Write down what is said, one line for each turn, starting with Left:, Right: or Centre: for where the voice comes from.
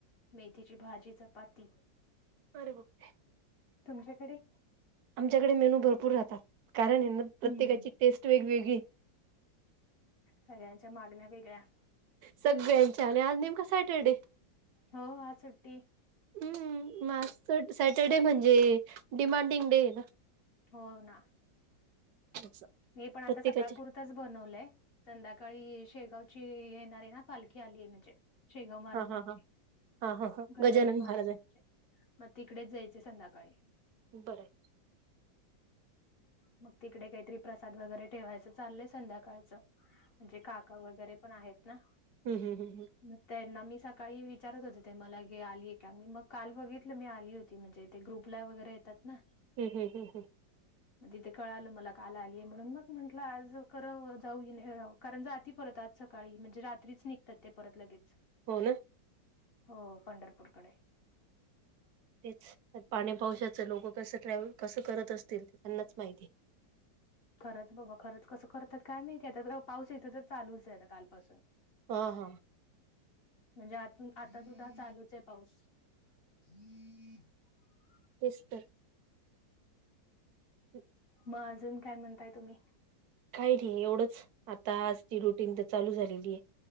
Left: मेथीची भाजी चपाती.
Right: अरे बाप रे.
Left: तुमच्याकडे?
Right: आमच्याकडे मेनू भरपूर राहतात कारण प्रत्येकाची
Left: हम्म
Right: टेस्ट वेगवेगळीये.
Left: सगळ्यांच्या मागण्या वेगळ्या.
Right: सगळ्यांच्या आणि आज नेमका सॅटरडे.
Left: हो आज सुट्टी
Right: हम्म मग आज तर सॅटरडे म्हणजे डिमांडिंग डे आहे ना.
Left: हो ना
Right: त्याचा.
Left: मी पण आता
Right: प्रत्येकाच्या
Left: सकाळ पुर. तच बनवलंय संध्याकाळी शेगावची येणार आहे ना पालखी आली आहे म्हणजे. शेगाव महाराजांची.
Right: हा हा हा हा हा हा
Left: गजानन महाराजांचे
Right: महाराज आहे
Left: मग तिकडेच जायच आ संध्याकाळी.
Right: बरंय
Left: मग तिकडे काहीतरी प्रसाद वगैरे ठेवायचं चाललंय संध्याकाळचं. म्हणजे काका वगैरे पण आहेत ना
Right: हम् हम हम ह्म
Left: मग त्यांना मी सकाळी विचारत होते ते मला गे आली आहे का मी मग काल बघितलं मी आली होती. ती म्हणजे ते ग्रुपला वगैरे येतात ना.
Right: हम् हम हं ह्म
Left: तिथे कळालं मला काल आलीय म्हणून मग म्हटलं आज कराव जाऊ नि राव. कारण जाती परत आज सकाळी म्हणजे रात्रीच निघ तर ते परत लगेच
Right: हो ना
Left: हो पंढरपूरकडे
Right: तेच तर पाणी पावसाच लोक कसं ट्रॅव्हल कसं करत असतील ते त्यांनाच माहिती.
Left: खरंच बघा खरंच कसं करतात काय माहिती आता पाऊस इथ तर चालूच आहे आता कालपासुन
Right: हा हा
Left: म्हणजे आ आता सुद्धा चालूच आहे पाऊस हम्म <unintelligible>
Right: तेच तर ह <inaudible>
Left: मग अजून काय म्हणताय तुम्ही?
Right: काय नाही एवढंच आता आज त रुटीन तर चालू झालेली आहे